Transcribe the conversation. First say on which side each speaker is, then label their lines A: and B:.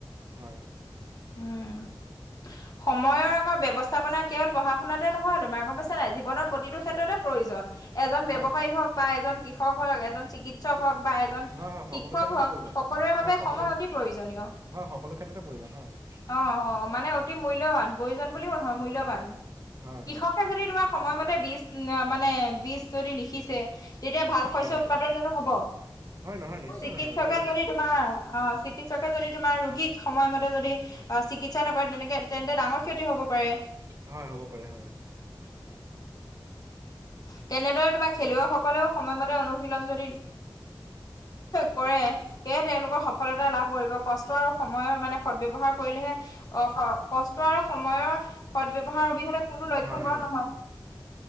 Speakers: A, on the right; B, on the left.
A: হয়
B: উম! <unintelligible> সময়ৰ আকৌ ব্যৱস্থাপনা কেৱল পঢ়া-শুনাতে নহয় তোমাৰ গম পাইছা নাই? জীৱনৰ প্ৰতিটো ক্ষেত্ৰতে <unintelligible> প্ৰয়োজন এজন
A: হয়
B: ব্যৱসায়ী হওক বা এজন কৃষক হওক, এজন চিকিৎস <unintelligible> চিকিৎসক হওক বা এজন
A: হয় হয়
B: শিক্ষক
A: সকলো ক্ষেত্ৰতে
B: হওক
A: প্ৰয়োজন
B: সকলোৰে বাবে
A: হয় সকলো
B: সময় অতি প্ৰয়োজনীয়। <unintelligible>
A: হয়, সকলো ক্ষেত্ৰতে প্ৰয়োজন হয়। <inaudible>
B: অঁ-অঁ মানে অতি মূল্যৱান, প্ৰয়োজন বুলিও নহয় মূল্যৱান।
A: হয়
B: কৃষকে
A: হয়
B: যদি তোমাৰ <unintelligible> সময়মতে বীজ <unintelligible> মানে বীজ যদি নিসিঁচে <inaudible> তেতিয়া ভাল শস্য
A: হয়
B: উৎপাদন যানো হ'ব
A: হয় নহয় নিশ্চয়
B: চিকিৎসকে
A: নহয় এইটো
B: যদি তোমাৰ অ চিকিৎসকে যদি তোমাৰ ৰোগীক সময়মতে যদি অ চিকিৎসা নকৰে তেনেকে তেন্তে ডাঙৰ ক্ষতি হ'ব পাৰে
A: হয় হ'ব পাৰে হয়
B: তেনেদৰে বা খেলুৱৈসকলেও সময়মতে অনুশীলন যদি কৰে সেয়ে তেওঁলোকৰ সফলতা লাভ কৰিব কষ্ট আৰু সময়ৰ মানে সদ ব্যৱহাৰ কৰিলেহে অ কষ্ট আৰু সময়ৰ সদ ব্যৱহাৰ অবিহনে কোনো লক্ষ্য
A: হয়
B: পূৰণ
A: হয়
B: নহ'ব